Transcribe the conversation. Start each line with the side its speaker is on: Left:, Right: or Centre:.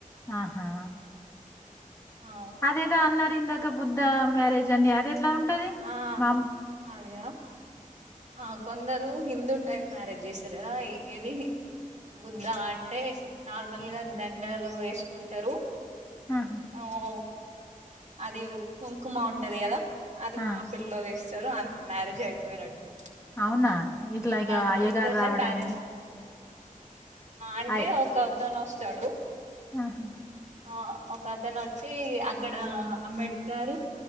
Left: ఆహా
Right: ఆ
Left: అదేదో అన్నారింద బుద్ధ మ్యారేజ్ అని అది ఎట్లా ఉంటది
Right: ఆ
Left: మా
Right: అదియా ఆ కొందరు హిందూ టైప్ మ్యారేజ్ జేస్తారు ఏది బుద్ధ అంటే నార్మల్ గా దండలు వేసుకుంటరు
Left: ఆహా,
Right: అ ఓ అది కుంకుమ ఉంటది గదా అది
Left: ఆ,
Right: పాపిల్లో వేస్ సారు అంతే మ్యారేజ్ అయిపోయినట్ ట్టు
Left: అవునా ఇట్లా
Right: అలా
Left: ఇక అయ్యగారు
Right: తొందరనే
Left: రావడం
Right: మ్యారేజ్ అంటే
Left: అయ్
Right: ఒక అతను వస్ చడు
Left: ఆహా
Right: అ ఒక అతను వచ్చి అక్కడ ఆ అంబేడ్కర్